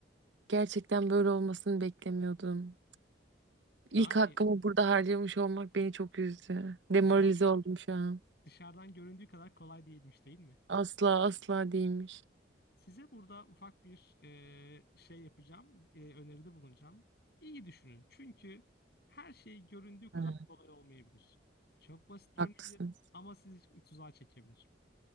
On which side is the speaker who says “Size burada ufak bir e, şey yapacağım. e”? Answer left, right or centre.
Left